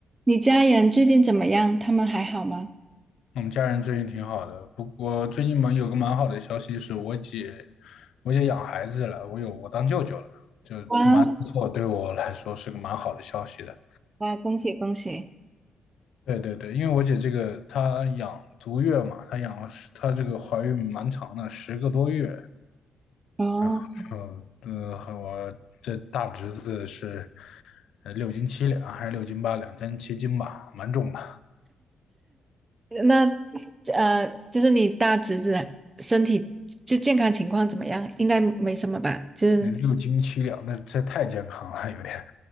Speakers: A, on the right (about 15°); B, on the left (about 70°).
A: 你家人最近怎么样？他们还好吗？
B: 我们家人最近挺好的，不过最近蛮有个蛮好的消息是我姐，我姐养孩子了，我有我当舅舅了，就蛮不错，
A: 哇
B: 对我来说是个蛮好的消息的。
A: 哇，恭喜恭喜！
B: 对对对，因为我姐这个她养足月嘛，她养了十她这个怀孕蛮长的，十个多月，
A: 哦，
B: 然后呃，和我这大侄子是呃六斤七两还是六斤八两，将近七斤吧，蛮重的，
A: 那呃，就是你大侄子身体就健康情况怎么样？应该没什么吧？就是
B: 嗯六斤七两那这太健康了，有点。